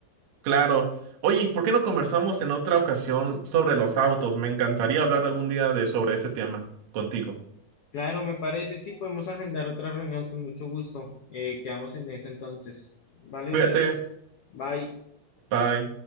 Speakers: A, on the right; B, on the left.
A: Claro. Oye, ¿y ¿por qué no conversamos en otra ocasión sobre los autos? Me encantaría hablar algún día de sobre ese tema contigo.
B: Claro, me parece, sí, podemos agendar otra reunión con mucho gusto. Eh, quedamos en eso entonces. Vale,
A: Cuídate.
B: Ulises, bye.
A: Bye.